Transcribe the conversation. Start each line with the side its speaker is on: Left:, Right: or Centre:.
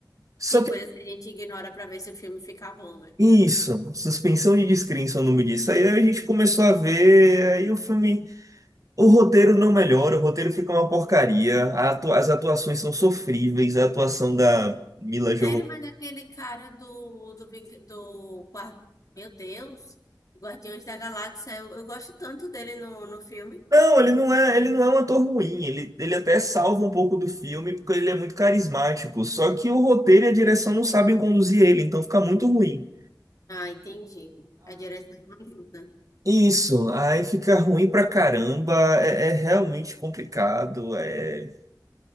Right: Só
Left: Tem
Right: que,
Left: coisas que a gente ignora pra ver se o filme fica bom, né?
Right: isso, suspensão de descrença, é o nome disso. Aí a gente começou a ver, aí o filme, o roteiro não melhora, o roteiro fica uma porcaria, a atua- as atuações são sofríveis, a atuação da Mila Jovovich.
Left: Sério, mas aquele cara do, do, Ving- do, Guar- Meu Deus. Guardiões da Galáxia. Eu, eu gosto tanto dele no, no filme.
Right: Não, ele não é, ele não é um ator ruim, ele, ele até salva um pouco do filme, porque ele é muito carismático, só que o roteiro e a direção não sabem conduzir ele, então fica muito ruim.
Left: Ah, entendi. A direção não ajuda.
Right: Isso, aí fica ruim pra caramba, é, é realmente complicado. é-